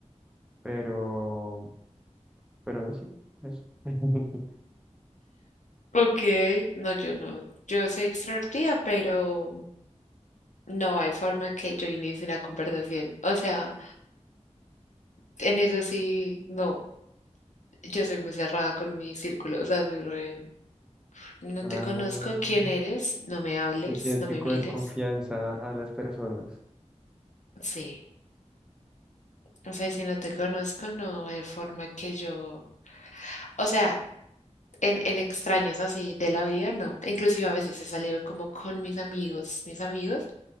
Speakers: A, in the centre; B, on the left.
A: Pero, pero no, sí, eso. <laughs>
B: Ok, no, yo no. Yo soy extrovertida, pero no hay forma que yo inicie una conversación. O sea, en eso sí, no. Yo soy muy cerrada con mi círculo. O sea, soy re... No
A: Ah,
B: te conozco, ¿quién eres? No me hables,
A: le tienes
B: no
A: que
B: me
A: coger
B: mires.
A: confianza a las personas.
B: Sí. O sea, si no te conozco, no hay forma que yo... O sea, En, en extraños así de la vida, no. Inclusive a veces he salido como con mis amigos, mis amigos,